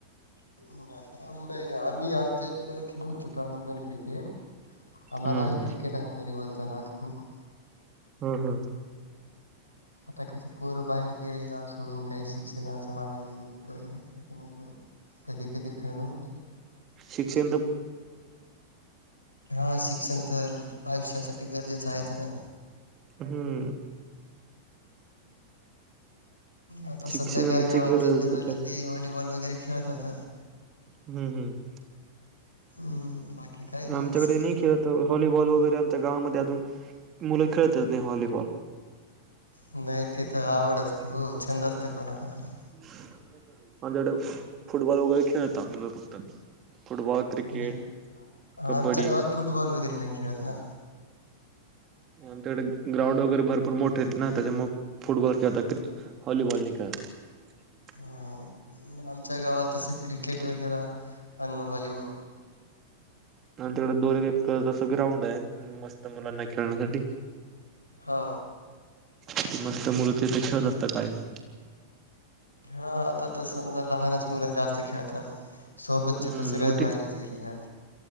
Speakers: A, on the left (about 85°); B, on the right (about 30°).
A: म नाही ना आम्ही आमच्या इकड खेळत होतो आम्ही पण क्रिकेट आम्हाला
B: हं,
A: हे
B: हं.
A: क्रिकेट आणि व्हॉलीबॉल चांगात खूप
B: हम् हम्
A: आता कसं पोरं बाहेर गेले गाव सोडून काही शिक्षणाच्या मागाला लागले तर त्यामुळे थोड कधी कधी खेळणवते
B: शिक्षा
A: हा शिक्षण तर आयुष्यासाठी गरजेच आहेत ना
B: हम्म
A: आता
B: शिक्षणाची
A: सध्या काय गावात
B: गरज
A: जेवढं
B: आहे
A: राहिल
B: सध्या.
A: ते व्हॉलीबॉल वगैरे खेळत होात
B: हम्म हम्म
A: हम्म बाकी काही
B: आमच्याकडे
A: आता सध्या
B: नाही खेळत
A: तर
B: व्हॉलीबॉल वगैरे आमच्या गावामध्ये अजून मुलं खेळतच नाही व्हॉलीबॉल.
A: नाही ते तर आवडस तीवऊ छंद असते कोणा कोणाला.
B: <unintelligible> फुटबॉल वगैरे खेळत मुलं फक्त. फुटबॉल, क्रिकेट,
A: आणि
B: कबड्डी
A: आमच्या गावात फुटबॉल वगैरे नाही खेळत ना.
B: आमच्याकडे ग्राउंड वगैरे भरपूर मोठे आहेत ना त्याच्या मग फुटबॉल खेळतात व्हॉलीबॉल नि खेळत. <inaudible>
A: अं, आमच्या गावात तसं क्रिकेट वगैर आणि व्हॉलीबॉल
B: आणि तिकडे दोन एक त ग्राउंड आहे मस्त मुलांना खेळण्यासाठी
A: हा
B: त मस्त मुलं तीथे खेळत असत कायम.
A: हा आता तर समजा लहानच मुलं जास्त खेळतात. सोबतचे
B: हम्म
A: तर सगळे
B: मोठी
A: बाहेरच गेलेले आहेत.